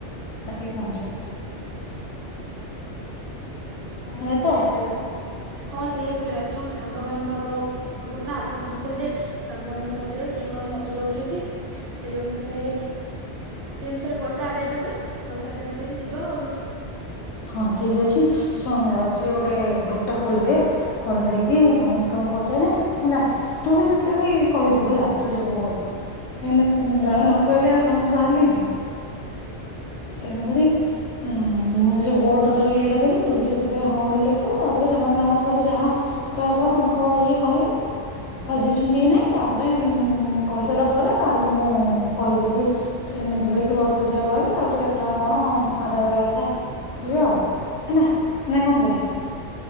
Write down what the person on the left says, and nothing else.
ଆସିକି ପହଞ୍ଚିବା।
ହେଲା
ତ
ହଁ ଠିକ ଅଛି ଶୁଣ ମୁଁ ଯାଉଚି ଗୋଟେ ଗ୍ରୁପଟେ ଖୋଲିଦିଏ ଖୋଲି ଦେଇକି ସମସ୍ତଙ୍କୁ ପଚାରେ ହେଲା ତୁ ବି ସେଥିରେ ବି କହିବୁ ହେଲା ତୁ ଯିବୁ ବୋଲି। କାହିଁ ନାଁ ଜଣେ ନ କହିଲେ ଆଉ ସମସ୍ତେ ବାହାରିବେ କି? ତେଣୁକରି ଉଁ ମୁଁ ଯେ ଭୋଟର ଯୋଉ ଇଏଟା ଦେବି ତୁ ବି ସେଥିରେ ହଁ ବୋଲି ଲେଖିବୁ ତାପରେ ସେମାନେ ତାଙ୍କର ସବୁ ଯାହା କହିବା କଥା ତାଙ୍କ ଇଏ କହିବେ ରାଜି ଅଛନ୍ତି କି ନାହିଁ ତାପରେ ଉଁ କହି ସାରିଲା ପରେ ତାପରେ ମୁଁ କହିବି କି ଟ୍ରେନରେ ଯିବା କି ବସରେ ଯିବା କହିବି। ତାପରେ କେତେ ଟଙ୍କା କଣ ଆଦାୟ କରିବା କଥା କରିବା ଆଉ। ହେନା ନାଁ କଣ କହୁଚୁ?